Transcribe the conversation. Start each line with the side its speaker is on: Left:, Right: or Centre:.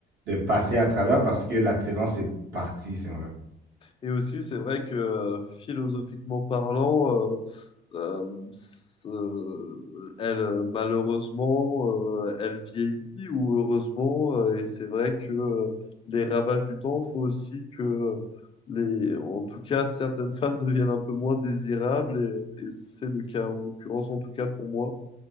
Right: de passer à travers parce que l'attirance est partie, si on veut.
Left: Et aussi, c'est vrai que euh, philosophiquement parlant, euh, euh, c'est- euh, elle, euh, malheureusement, euh, elle vieillit ou heureusement, euh, et c'est vrai que euh, les ravages du temps font aussi que euh, les, en tout cas, certaines femmes <laughs> deviennent un peu moins désirables, et, et c'est le cas en l'occurrence, en tout cas pour moi.